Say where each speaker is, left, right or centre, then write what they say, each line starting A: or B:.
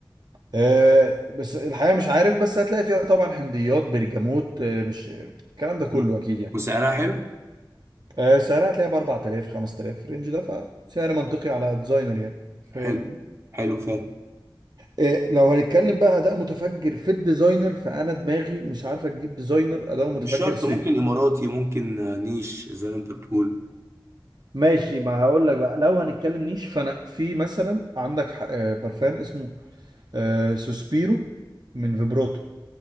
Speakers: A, on the right; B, on the right.
A: آه، بس الحقيقه مش عارف بس هتلاقي فيها طبعا حمضيات برجموت آه، مش الكلام ده كله
B: مم.
A: اكيد يعني
B: وسعرها حلو
A: آه، سعرها هتلاقيها ب 4000 5000 الرينج ده فسعر منطقي على ديزاينر يعني فاهم
B: حلو حلو فاهم
A: آه، لو هنتكلم بقى اداء متفجر في الديزاينر فانا دماغي مش عارفه تجيب ديزاينر اداؤه متفجر
B: مش شرط
A: صيف
B: ممكن اماراتي ممكن آه، نيش زي ما انت بتقول
A: ماشي ما هقول لك بقى لو هنتكلم نيش فانا في مثلا عندك ح- آه، برفان اسمه آه، سوسبيرو من فيبروتو